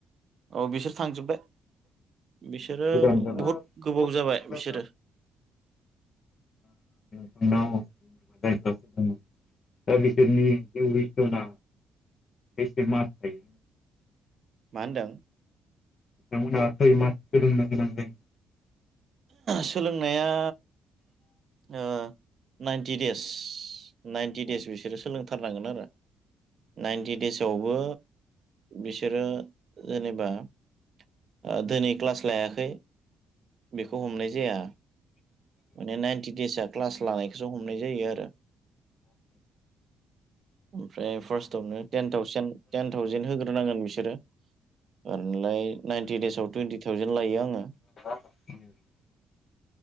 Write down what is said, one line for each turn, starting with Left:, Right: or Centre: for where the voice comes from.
Right: औ बिसोर थांजोब्बाय, बिसोरो
Left: गोदान जाबाय
Right: बहुद गोबाव जाबाय
Left: दा
Right: बिसोरो।
Left: <unintelligible> दा बिसोरनि दिउरिसना बेसे मास थायो?
Right: मा होनदों?
Left: बिथांमोनहा खै मास सोलोंनो गोनां जायो?
Right: सोलोंनाया ओ नाइन्टि दे स नाइनटि
Left: औ
Right: देस बिसोरो सोलोंथारनांगोन आरो नाइनटि देसावबो बि सोरो जेनेबा ओ दोनै क्लास लायाखै बेखौ
Left: औ
Right: हमनाय जाया। माने नाइनटि देस आ क्लास लानायखौसो हमनाय जायो आरो। ओमफ्राय फार्स्टावनो टेन थावसेन टेन थावजेन होग्रोनांगोन बिसोरो ओनलाय। थार्टि देसाव टुइन्टि थावजेन लायो आङो।
Left: <unintelligible>